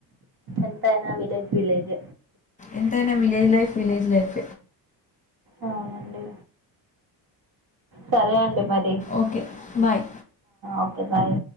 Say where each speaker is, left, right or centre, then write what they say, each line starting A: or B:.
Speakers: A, on the right; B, on the left.
A: ఎంతనా విలేేజ్, విలేేజ్
B: ఎంతనా విలేేజ్ లైఫ్, విలేేజ్ లైఫ్
A: అవునండి సరే అండి మరి
B: ఓకే బాయ్
A: ఓకే బాయ్